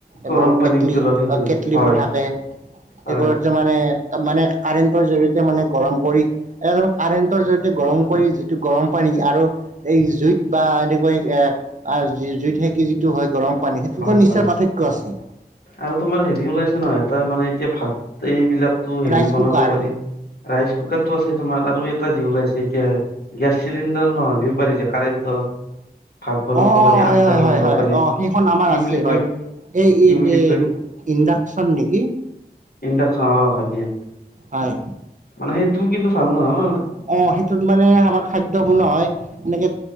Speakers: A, on the left; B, on the right.
A: গৰম
B: এইবোৰ
A: পানী
B: কেটলি,
A: উতলোৱা সেইটো
B: অ কেটলিবোৰ
A: হয়
B: থাকে
A: হয়
B: এইবোৰত ত মানে তা মানে কাৰেণ্টৰ জৰিয়তে মানে গৰম কৰি এ জানো কাৰেণ্টৰ জৰিয়তে গৰম কৰি যিটো গৰম পানী আৰু এই জুইত বা এনেকৈ এ আ জুইত সেকি যি টো হয় গৰম পানী সেইটোতো
A: হয়
B: নিশ্চয়
A: হয়
B: পাৰ্থক্য আছে।
A: আৰু তোমাৰ হেৰি ওলাইছে নহয় এটা মানে এতিয়া ভাত এইবিলাক তো হেৰি
B: ৰাইচ
A: বনাব
B: কুকাৰ
A: পাৰি, ৰাইচ কুকাৰটো আছে তোমাৰ আৰু এ টা যি ওলাইছে এতিয়া গেছ চিলিণ্ডাৰ নহ'লেও পাৰি যে কাৰেণ্টত ভাত বনাব
B: অ
A: পাৰি
B: অ হয়
A: আঞ্জা
B: হয়
A: বনাব
B: হয় হয়
A: পাৰি
B: অ সি খন আমাৰ
A: কি
B: আছে
A: বুলি
B: হয়,
A: কয়
B: এ এই
A: কি
B: এই
A: বুলি কয়
B: ইণ্ডাকচন নেকি?
A: ইণ্ডাকচন অ হয় দিয়া
B: হয়
A: মানে সেইটো কিন্তু ভাল নহয়।
B: অ সেইটোত মানে আমাৰ খাদ্য বনোৱা হয় এনেকে